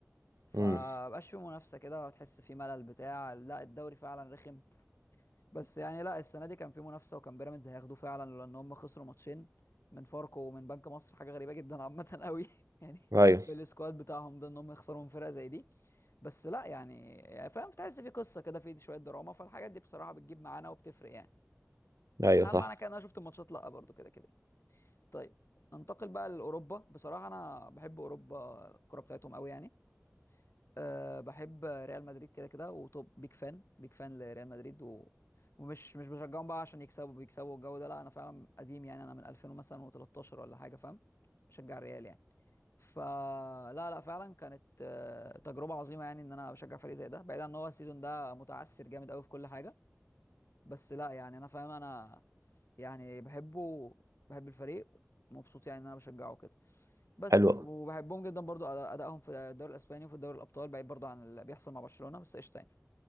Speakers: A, on the left (about 55°); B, on the right (about 85°).
A: فمبقاش
B: امم
A: فيه منافسه كده وتحس فيه ملل بتاع لا الدوري فعلا رخم بس يعني لا السنه دي كان فيه منافسه وكان بيراميدز هياخدوه فعلا لان هم خسروا ماتشين من فاركو ومن بنك مصر حاجه غريبه جدا عامه قوي <laughs> يعني
B: ايوه
A: بالسكواد بتاعهم ده ان هم يخسروا من فرقه زي دي بس لا يعني يعني فاهم بتحس في قصه كده في شويه دراما فالحاجات دي بصراحه بتجيب معانا وبتفرق يعني بس
B: ايوه
A: هل
B: صح
A: معنى كده ان انا شفت الماتشات لا برضو كده كده طيب ننتقل بقى لاوروبا بصراحه انا بحب اوروبا الكوره بتاعتهم قوي يعني أه بحب ريال مدريد كده كده وطب بيك فان بيك فان لريال مدريد و... ومش مش بشجعهم بقى عشان يكسبوا بيكسبوا الجو ده لا انا فعلا قديم يعني انا من 2000 مثلا و13 ولا حاجه فاهم بشجع الريال يعني فلا لا لا، فعلا كانت آه، تجربه عظيمه يعني ان انا بشجع فريق زي ده بعيد عن ان هو السيزون ده متعثر جامد قوي في كل حاجه بس لا يعني انا فاهم انا يعني بحبه بحب الفريق مبسوط يعني ان انا بشجعه كده بس
B: حلو أوي.
A: وبحبهم جدا برضو أدا- ادائهم في الدوري الاسباني وفي دوري الابطال بعيد برضو عن اللي بيحصل مع برشلونة بس قشطه يعني